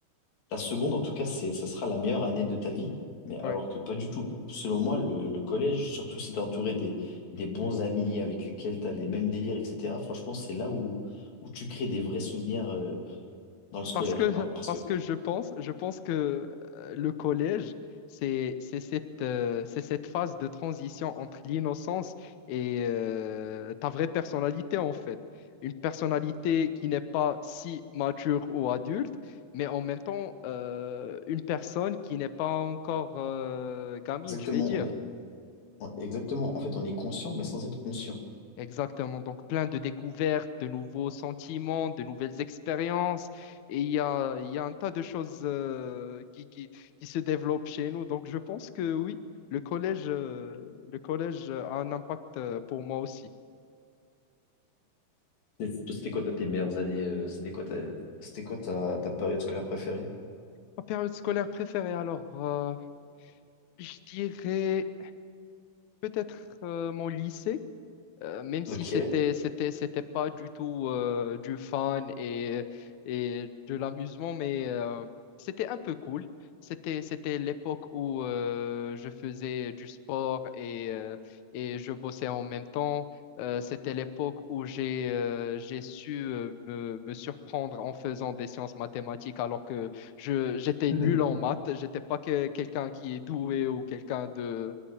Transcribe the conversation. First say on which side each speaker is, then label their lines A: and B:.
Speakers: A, on the left; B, on the left.
A: la seconde en tout cas, c'est, ça sera la meilleure
B: Mhm.
A: année de ta vie, mais
B: Ouais.
A: alors que pas du tout. Selon moi, le, le collège, surtout si t'es entouré des, des bons amis avec lesquels t'as les mêmes délires, etc., franchement, c'est là où, où tu crées des vrais souvenirs euh, dans le scolaire.
B: Parce que,
A: Alors, parce
B: parce
A: que,
B: que je pense, je pense que euh, le collège, c'est, c'est cette, euh, c'est cette phase de transition entre l'innocence et euh, ta vraie personnalité, en fait. Une personnalité qui n'est pas si mature ou adulte, mais en même temps, euh, une personne qui n'est pas encore euh, gamine,
A: exactement,
B: je vais dire.
A: on est, on- exactement, en fait, on est conscient, mais sans être conscient.
B: Exactement. Donc, plein de découvertes, de nouveaux sentiments, de nouvelles expériences. Et il y a, il y a un tas de choses euh, qui, qui, qui se développent chez nous. Donc, je pense que oui, le collège, euh, le collège a un impact euh, pour moi aussi.
A: Et toi, C'était quoi, toi, tes meilleures années, euh, c'était quoi ta, c'était quoi ta, ta période scolaire préférée?
B: Ma période scolaire préférée, alors, euh, je dirais peut-être euh, mon lycée. Euh, même
A: Ok.
B: si c'était c'était c'était pas du tout euh, du fun et et de l'amusement mais euh, c'était un peu cool c'était c'était l'époque où euh, je faisais du sport et euh, et je bossais en même temps Euh, c'était l'époque où j'ai euh, j'ai su euh, me, me surprendre en faisant des sciences mathématiques alors que je j'étais
A: <laughs>
B: nul en maths j'étais pas que- quelqu'un qui est doué ou quelqu'un de